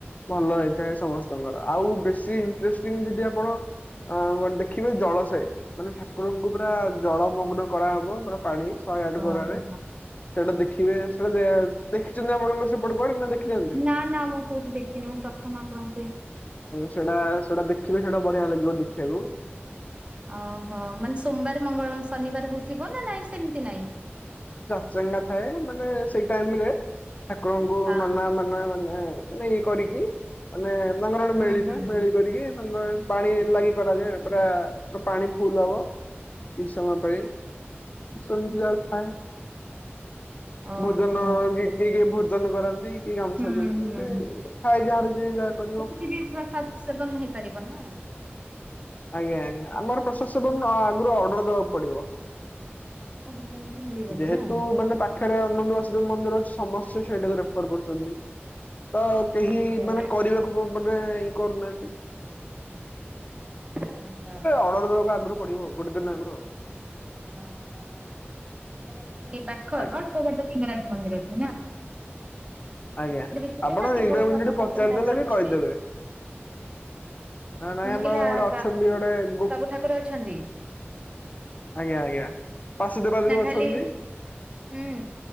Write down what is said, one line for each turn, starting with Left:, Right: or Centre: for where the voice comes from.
Left: ଭଲ ହେଇଥାଏ ସମସ୍ତଙ୍କର ଆଉ ବେଶୀ ଇଣ୍ଟେଷ୍ଟିଙ୍ଗ ଯଦି ଆପଣ ଆ ଦେଖିବେ ଜଳସୟ ମାନେ ଠାକୁରଙ୍କୁ ପୁରା ଜଳମଗ୍ନ କରାହବ ପୁରା ପାଣି, ଶହେ ଆଠ
Right: ଓହୋ
Left: ଗରାରେ ସେଇଟା ଦେଖିବେ, ସେଟା ଦେଖିଛନ୍ତି ଆପଣଙ୍କର ସେପଟ କୁ ନା ଦେଖିନାନ୍ତି?
Right: ନା ନା ମୁଁ କୋଉଠି ଦେଖିନି ମୁଁ ପ୍ରଥମ ଆପଣ?
Left: ସେଟା, ସେଟା ଦେଖିବେ, ସେଇଟା ବଢିଆ ଲାଗିବ ଦେଖିବାକୁ
Right: ଓହୋ, ମାନେ ସୋମବାର ମଙ୍ଗଳ ଶନିବାର ହଉଥିବ ନା, ନାଇଁ ସେମିତି ନାଇଁ
Left: ଚଙ୍ଗା <unintelligible> ଥାଏ ମାନେ ସେଇ ଟାଇମ ରେ ଠାକୁରଙ୍କୁ
Right: ହଁ
Left: ନନା ମାନ ମାନେ ଇଏ କରିକି, ମାନେ ତାଙ୍କର ଗୋଟେ
Right: ହୁଁ
Left: ମେଳିଥାଏ,
Right: ହୁଁ
Left: ମେଳି କରିକି ତାଙ୍କର ପାଣି ଲାଗି କରାଯାଏ, ପୁରା ପାଣି ଫୁଲ ହବ କିଛି ସମୟ ପାଇଁ ସବ ବଜାରଥାଏ <unintelligible>
Right: ଓହୋ
Left: ଭୋଜନ କି କି ଭୋଜନ କରାନ୍ତି? କିଏ ଗାମୁଛା
Right: ହୁଁ
Left: ଡ଼ି ଦିଅନ୍ତି,
Right: ହୁଁ।
Left: ଏମତି ଥାଏ ଯାହାର ଯ ସେ ଯାହା କରିବ
Right: <unintelligible> ପ୍ରସାଦ ସେବନ ହେଇପାରିବ ନା।
Left: ଆଜ୍ଞା, ଆଜ୍ଞା, ଆମର ପ୍ରସାଦସେବନ ଆଗରୁ ଅର୍ଡର ଦବାକୁ ପଡିବ।
Right: ଓହୋ ସେମିତି ମିଳିବନି
Left: ଯେହେତୁ
Right: ନା
Left: ମାନେ ପାଖରେ ଅଣ୍ଡ ଆସ ମନ୍ଦିର ଅଛି ସମସ୍ତେ ସେଇଟାକୁ ରେଫର୍ କରୁଛନ୍ତି। ତ କେହି
Right: ଓହୋ
Left: ମାନେ, କରିବାକୁ ମାନେ ଯି କର <unintelligible>
Right: ଓହୋ।
Left: ଆମର ପଡିବ, ଗୋଟେ ଦିନ ଆଗରୁ
Right: ଓହୋ, ତାହଲେ ଏମତି ପାଖ
Left: ଆଜ୍ଞା।
Right: ଅଳ୍ପ ବାଟ ସିଙ୍ଗରାଜ ମନ୍ଦିରଠୁ ନା
Left: ଆଜ୍ଞା,
Right: ଥିବେ
Left: ଆପଣ
Right: ନା କେବଳ
Left: ଗ <unintelligible>
Right: ବାବା କପିଳନାଥ
Left: ପଚାରିଦେଲେ
Right: ଅଛନ୍ତି?
Left: ବି କହିଦେବେ। ନା ନାଇଁ
Right: ମୁଁ
Left: ଆମର
Right: କହିଲି ଆ
Left: ଗୋଟେ ଅଛନ୍ତି
Right: ବା
Left: ଗୋଟେ
Right: ସବୁ ଠାକୁର ଅଛନ୍ତି
Left: ଆଜ୍ଞା ଆଜ୍ଞା। ବାସୁଦେବାଜ
Right: ନା
Left: ବି
Right: ଖାଲି,
Left: ଅଛନ୍ତି
Right: ହୁଁ